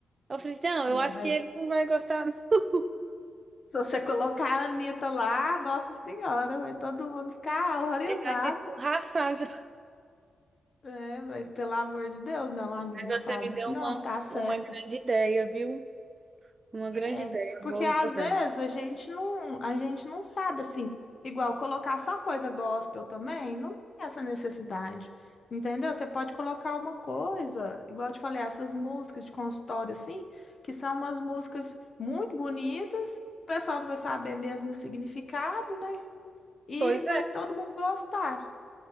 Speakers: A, on the right; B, on the left.
A: Eu falei, assim, não,
B: né?
A: eu acho
B: mas
A: que ele não vai gostar, não. <laughs>
B: se você colocar a Anitta lá, Nossa Senhora, vai todo mundo ficar horrorizado.
A: Ele vai me escorraçar. já-
B: É, mas pelo amor de Deus, não, amiga,
A: Mas
B: não faz
A: você me
B: isso,
A: deu
B: não,
A: uma,
B: está certa.
A: uma grande ideia, viu? Uma grande
B: É,
A: ideia,
B: porque
A: eu vou
B: às
A: jogar.
B: vezes a gente não, a gente não sabe assim, igual colocar só coisa gospel também, não tem essa necessidade. Entendeu? Você pode colocar uma coisa, igual eu te falei, essas músicas de consultório assim, que são umas músicas muito bonitas, o pessoal não vai saber mesmo o significado, né? E
A: Pois
B: vai todo mundo gostar.